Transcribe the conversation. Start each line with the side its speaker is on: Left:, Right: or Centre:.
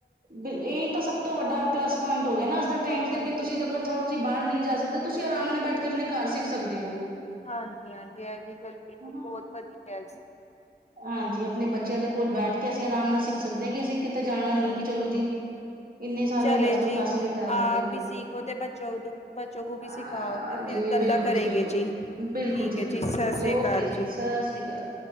Right: ਬ ਇਹੀ ਤਾਂ ਸਭ ਤੋਂ ਵੱਡਾ ਪਲੱਸ ਪੁਆਇੰਟ ਹੋ ਗਿਆ ਨਾ ਅੱਜ ਦੇ ਟਾਈਮ ਚ
Left: ਹਾਂਜੀ
Right: ਕ ਤੁਸੀਂ ਅ ਤੁਸੀਂ ਬਾਹਰ ਨਹੀਂ ਜਾ ਸਕਦੇ, ਤੁਸੀਂ ਆਰਾਮ ਨਾਲ ਬੈਠ ਕੇ ਆਪਣੇ ਘਰ ਸਿੱਖ ਸਕਦੇ ਹੋ।
Left: ਹਾਂਜੀ -ਹਾਂਜੀ ਇਹ ਵੀ ਗੱਲ ਬਿਲਕੁਲ
Right: ਹਨਾ,
Left: ਬਹੁਤ ਵਧੀਆ ਹੈ ਜੀ।
Right: ਹਾਂਜੀ ਆਪਣੇ ਬੱਚਿਆਂ ਦੇ ਕੋਲ ਬੈਠ ਕੇ ਅਸੀਂ ਆਰਾਮ ਨਾਲ ਸਿੱਖ ਸਕਦੇ ਹਾਂ, ਕਿ ਅਸੀਂ ਕਿਤੇ ਜਾਣਾ ਨੀ
Left: ਹਾਂ
Right: ਕਿ ਚਲੋ ਜੀ ਇੰਨੇ ਸਾਰੇ
Left: ਚਲੇ
Right: ਹੁਣ ਅੱਜ-ਕੱਲ੍ਹ
Left: ਜੀ
Right: ਫੈਸਿਲਿਟੀਜ਼
Left: ਆਪ
Right: ਆ ਗਈ।
Left: ਵੀ ਸੀਖੋ ਤੇ ਬੱਚੋ, ਬੱਚੋ
Right: ਅ
Left: ਵੀ ਸਿਖਾਓ ਤੇ ਫਿਰ
Right: ਜੀ
Left: ਗੱਲਾਂ
Right: ਬਿਲਕੁਲ
Left: ਕਰੇਗੇ
Right: ਬਿਲਕੁਲ,
Left: ਜੀ,
Right: ਬਿਲਕੁਲ
Left: ਠੀਕ ਹੈ
Right: ਬਿਲਕੁਲ
Left: ਜੀ, ਸਤਿ ਸ੍ਰੀ
Right: ਓਕੇ
Left: ਅਕਾਲ ਜੀ।
Right: ਸਤਿ ਸ਼੍ਰੀ ਅਕਾਲ।